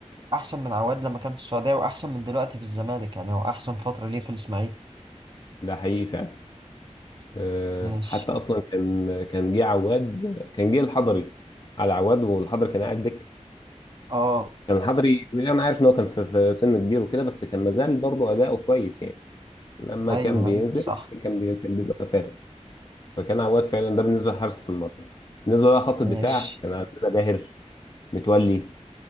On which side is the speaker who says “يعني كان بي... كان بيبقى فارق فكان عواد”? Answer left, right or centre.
Left